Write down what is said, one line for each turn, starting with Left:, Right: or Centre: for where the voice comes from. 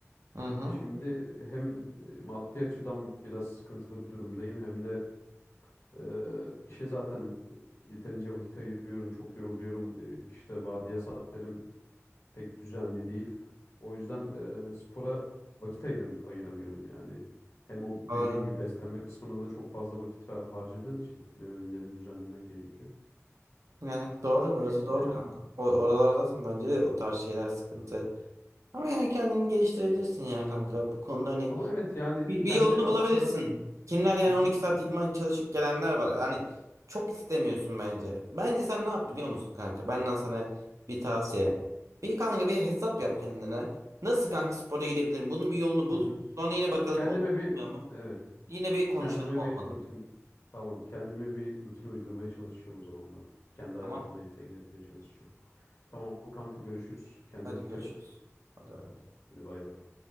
Right: Hı hı.
Left: E şimdi hem e, maddi açıdan biraz sıkıntılı bir durumdayım hem de Ee, işe zaten yeterince vakit ayırıyorum, çok yoruluyorum. Ee, işte vardiya saatlerim pek düzenli değil. O yüzden e, spora vakit ayıram ayıramıyorum yani. Hem o dediğim
Right: Doğru.
Left: gibi beslenme kısmına da çok fazla vakit ver- harcadığın için hani öğünlerini düzenlemen gerekiyor.
Right: Yani doğru. Orası
Left: Bu şekilde
Right: doğru
Left: yani.
Right: kanka. O, oralar zaten bence de o tarz şeyler sıkıntı. Ama yani kendini geliştirebilirsin ya kanka. Bu konuda hani
Left: Ama evet yani
Right: Bir,
Left: kendi
Right: bir yolunu
Left: aslında
Right: bulabilirsin. Kimler yani
Left: Hı hı,
Right: 12 saat idman çalışıp gelenler var. Yani çok istemiyorsun bence. Bence sen ne yap
Left: hı hı,
Right: biliyor musun kanka? Benden sana bir tavsiye. Bir kanka bir hesap yap kendine. Nasıl kanka spora gidebilirim? Bunun bir yolunu bul.
Left: hı hı.
Right: Sonra yine bakalım
Left: Kendime
Right: oluyor mu,
Left: bir
Right: olmuyor mu?
Left: evet
Right: Yine bir konuşalım
Left: kendime
Right: olmadı.
Left: bir rutin tamam kendime bir rutin uydurmaya çalışacağım o zaman ben. Kendi hayatıma
Right: Tamam.
Left: entegre etmeye çalışacağım. Tamam kanka görüşürüz. Kendine
Right: Hadi
Left: dikkat
Right: görüşürüz.
Left: et.
Right: Hadi bay bay.
Left: Hadi bay bay.